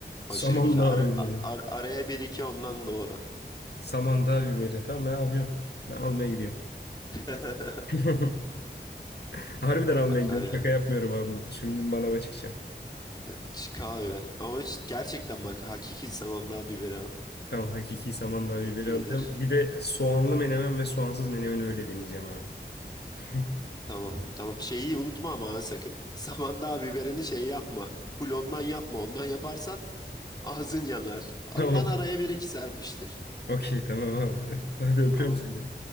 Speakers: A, on the left; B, on the left.
A: Samandağ
B: Aşırı güzel. Ara,
A: <laughs> biberi.
B: ar- araya bir iki ondan doğru.
A: Samandağ biberi. Tamam ben alıyorum. Ben almaya gidiyorum.
B: <laughs>
A: <laughs> Harbiden almaya
B: Akar
A: gidiyorum.
B: ya.
A: Şaka yapmıyorum abi. Şimdi manava çıkacağım.
B: Ne- Çi- Kahve. Ama hiç- gerçekten bak hakiki samandağ biberi al.
A: Tamam hakiki samandağ
B: Çok
A: biberi
B: iyidir.
A: alacağım. Bir de soğanlı menemen ve soğansız menemen öyle deneyeceğim abi. <laughs>
B: Tamam. Tamam. Şeyi unutma ama ha, sakın. Samandağ biberini şey yapma. Full ondan yapma. Ondan yaparsan ağzın yanar.
A: Tamam.
B: Ondan araya bir iki serpiştir.
A: Okey tamam abi. <laughs> Hadi öpüyorum
B: Tamam.
A: seni.